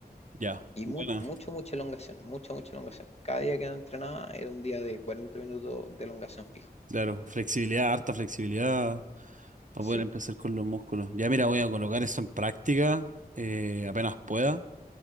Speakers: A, on the right (about 50°); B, on the left (about 40°).
A: ya,
B: Y
A: buena
B: mu- mucho, mucha elongación, mucha, mucha elongación. Cada día que no entrenaba era un día de 40 minutos de elongación fijo.
A: Claro, flexibilidad, harta flexibilidad para
B: Sí,
A: poder empezar con los músculos. Ya mira, voy a colocar eso en práctica eh, apenas pueda